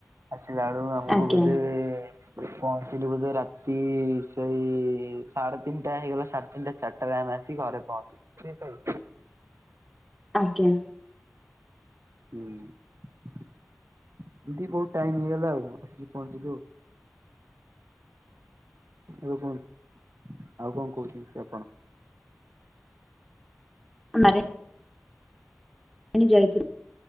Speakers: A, on the right; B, in the centre.
A: ଆସିଲା ବେଳୁ ଆମକୁ
B: ଆଜ୍ଞା
A: ବୋଧେ ପହଞ୍ଚିଲୁ ବୋଧେ ରାତି ସେଇ ସାଢେ ତିନିଟା ହେଇଗଲା ସାଢେ ତିନିଟା ଚାରିଟାରେ ଆମେ ଆସିି ଘରେ ପହଞ୍ଚିବୁ।
B: ଆଜ୍ଞା।
A: ହୁଁ ଏମିତି ବହୁତ ଟାଇମ ହେଇଗଲା ଆଉ ଆସିକି ପହଞ୍ଚିଲୁ ଆଉ। ଏବେ କୁହନ୍ତୁ ଆଉ କଣ କହୁଛନ୍ତି କି ଆପଣ।
B: ଆରେ। ଆମେ ଯାଇଥିଲୁ।